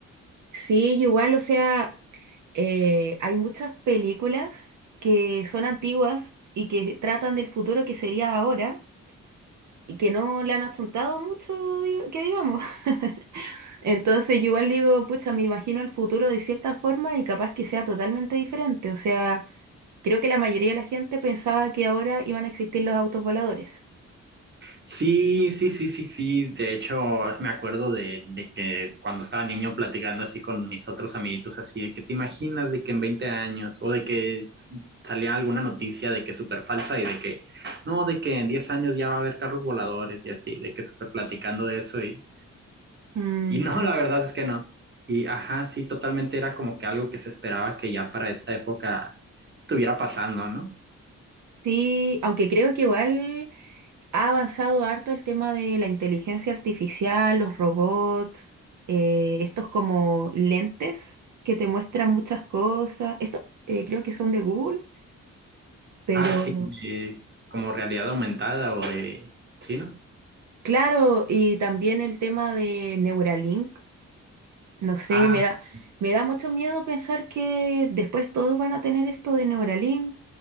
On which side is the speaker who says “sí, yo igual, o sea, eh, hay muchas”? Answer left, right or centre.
Right